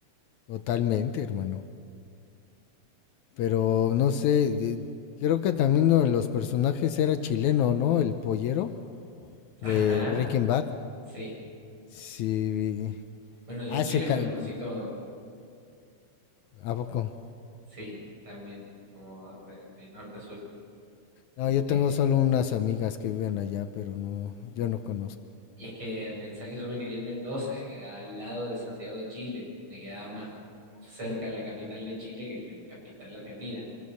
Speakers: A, on the left (about 75°); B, on the right (about 40°).
A: totalmente, hermano. Pero no sé, de- creo que también uno de los personajes era chileno, ¿no? El pollero
B: Ajá.
A: de Breaking Bad.
B: Sí.
A: Sí.
B: Bueno, yo
A: Ah,
B: Chile
A: se
B: me
A: ca-
B: lo conocí
A: cu-
B: todo.
A: ¿A poco?
B: Sí, también, como de, de norte a sur.
A: No, yo
B: Eh,
A: tengo solo unas amigas que viven allá, pero no, yo no conozco.
B: Y es que pensá que yo me crié en Mendoza, que quedaba al lado de Santiago de Chile. Me quedaba más cerca la capital de Chile que la capital de Argentina.